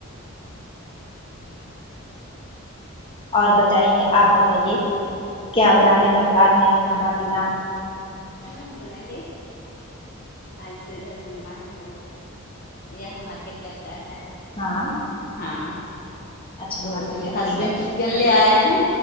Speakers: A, on the left (about 25°); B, on the left (about 40°).
A: اور بتائیے آپ بتائیے کیا بنانے کا پلان ہے کھانا پینا
B: ہاں ہم بنائنگے آج تو ادھر جمعہ ہے تو یہاں مارکیٹ لگتا ہے
A: ہاں
B: ہاں
A: اچھا
B: تو
A: مارکیٹ
B: یہ
A: لگتی
B: ہسبینڈ
A: ہے
B: چی کن لے آئے ہیں